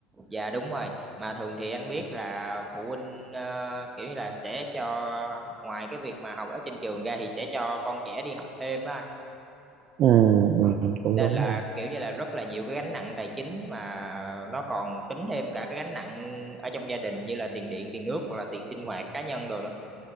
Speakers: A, on the right; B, on the right.
A: dạ đúng rồi mà thường thì anh biết là phụ huynh ờ, kiểu như là sẽ cho ngoài cái việc mà học ở trên trường ra thì sẽ cho con trẻ đi học thêm đó anh
B: ừ, ừ, ừ, cũng
A: nên
B: đúng
A: là
B: ha
A: kiểu như là rất là nhiều cái gánh nặng tài chính mà nó còn tính thêm cả cái gánh nặng ở trong gia đình như là tiền điện tiền nước hoặc là tiền sinh hoạt cá nhân đồ nữa